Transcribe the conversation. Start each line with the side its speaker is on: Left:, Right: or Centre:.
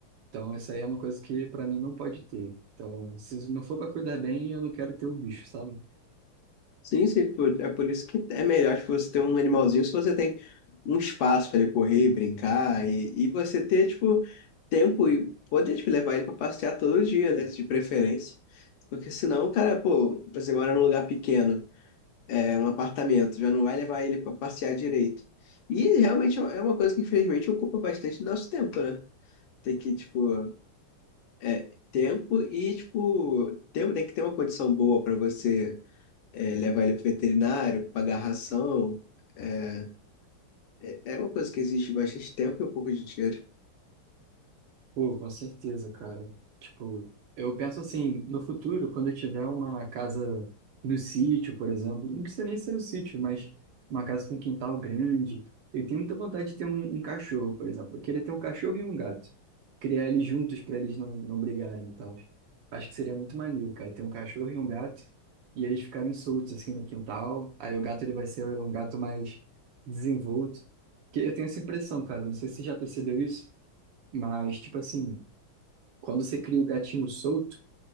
Right: Então, isso aí é uma coisa que pra mim não pode ter. Então, se não for pra cuidar bem, eu não quero ter o bicho, sabe?
Left: Sim, sim, por- é por isso que é melhor tipo, você ter um animalzinho se você tem um espaço para ele correr e brincar e, e você ter, tipo, tempo e poder, tipo, levar ele para passear todo dia, né, de preferência. Porque senão, o cara, pô, você mora num lugar pequeno, é um apartamento, já não vai levar ele para passear direito. E realmente é uma é coisa que, infelizmente, ocupa bastante do nosso tempo, né? Tem que, tipo, é, tempo e, tipo, tempo tem que ter uma condição boa para você é, levar ele pro veterinário, pagar ração. É, é é uma coisa que existe bastante tempo e um pouco de dinheiro.
Right: Pô, com certeza, cara. Tipo, eu penso assim, no futuro, quando eu tiver uma casa no sítio, por exemplo, não precisa nem ser no sítio, mas uma casa com quintal grande, eu tenho muita vontade de ter um, um cachorro, por exemplo. Eu queria ter um cachorro e um gato. Criar eles juntos para eles não, não brigarem e tal. Acho que seria muito maneiro, cara, ter um cachorro e um gato e eles ficarem soltos assim no quintal. Aí o gato ele vai ser um gato mais desenvolto. Que eu tenho essa impressão, cara, não sei se você já percebeu isso. Mas, tipo assim, quando você cria o gatinho solto